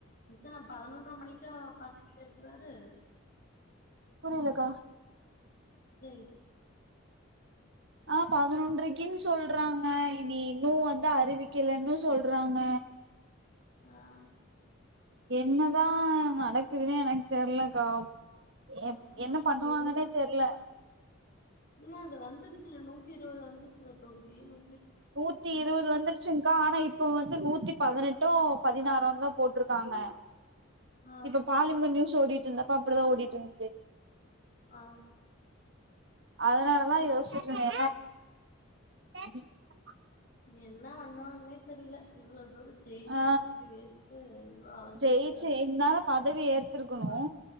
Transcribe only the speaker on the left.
இத்தன பதனொன்ற மணிக்கா பதவி ஏர்க்குறாரு
விஜய்
ஆஹ்
அதா
நியூஸ்
இல்ல அது வந்துருச்சுல நூத்தி இருவது வந்துருச்சுல தொகுதி நூ
ஆ
ஆஹ்
என்ன பண்ணுவாங்கன்னே தெரியில இவ்வளோ தூர ஜெயிச்சு
இப்புடி வேஸ்டு இவ்ளோ அலைஞ்சிட்டு
இருக்காரு